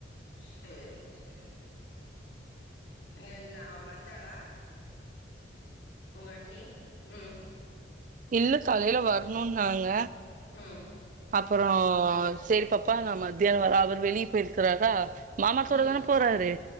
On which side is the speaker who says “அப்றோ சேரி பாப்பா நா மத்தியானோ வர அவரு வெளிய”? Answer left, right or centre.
Right